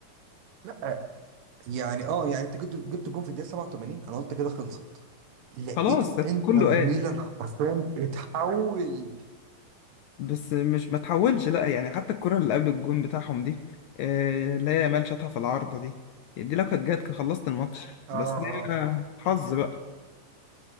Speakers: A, on the right; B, on the left.
A: لا يعني اه يعني انت جبت جبت جون في الدقيقه 87 انا قلت كده خلصت لقيت
B: خلاص
A: انتر
B: كله
A: ميلان
B: قال
A: حرفيا اتحول
B: بس مش ما تحولش لا يعني حتى الكرة اللي قبل الجون بتاعهم دي آه، اللي هي يامال شاطها في العارضة دي دي لو كانت جت كان خلصت الماتش
A: اه
B: بس دي
A: اه
B: آه، حظ بقى